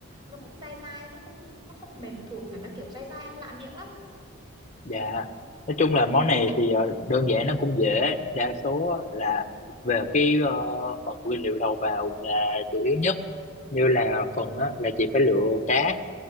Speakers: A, on the right (about 20°); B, on the left (about 30°).
A: nó cũng dai dai nó không nó không mềm thụt mà nó kiểu dai dai ăn lạ miệng lắm.
B: Dạ, nói chung là món này thì ờ, đơn giản nó cũng dễ, đa số á là về cái ờ, phần nguyên liệu đầu vào là chủ yếu nhất, như là phần á, là chị phải lựa cá,